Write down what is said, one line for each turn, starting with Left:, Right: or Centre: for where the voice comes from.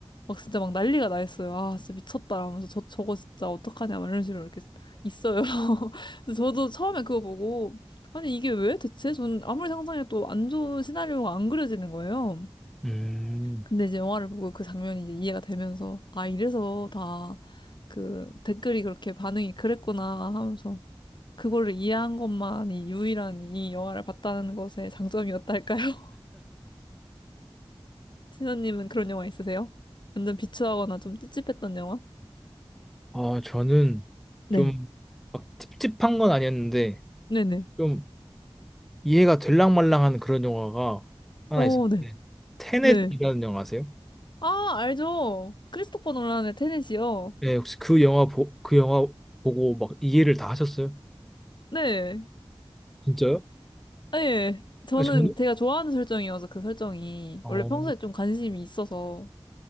Left: 막 진짜 막 난리가 나 있어요. 아, 진짜 미쳤다. 하면서 저, 저거 진짜 어떡하냐. 막 이런 식으로 이렇게 있어요. <laughs> 그래서 저도 처음에 그거 보고 아니, 이게 왜 대체? 저는 아무리 상상해도 안 좋은 시나리오가 안 그려지는 거예요.
Centre: 음.
Left: 근데 이제 영화를 보고 그 장면이 이제 이해가 되면서, 아, 이래서 다 그 댓글이 그렇게 반응이 그랬구나 하면서, 그거를 이해한 것만이 유일한 이 영화를 봤다는 것의 장점이었달까요? <laughs> 신현님은 그런 영화 있으세요? 완전 비추하거나 좀 찝찝했던 영화?
Centre: 아, 저는
Left: 네.
Centre: 좀 막 찝찝한 건 아니었는데
Left: 네네.
Centre: 좀 이해가 될랑말랑한 그런 영화가 하나
Left: 어,
Centre: 있어요.
Left: 네.
Centre: 네. 테넷이라는
Left: 네.
Centre: 영화 아세요?
Left: 아, 알죠. 크리스토퍼 놀란의 테넷이요.
Centre: 네, 혹시 그 영화 보, 그 영화 보고 막 이해를 다 하셨어요?
Left: 네.
Centre: 진짜요?
Left: 예. 저는
Centre: 아니, 저는
Left: 제가 좋아하는 설정이어서 그 설정이
Centre: 어.
Left: 원래 평소에 좀 관심이 있어서.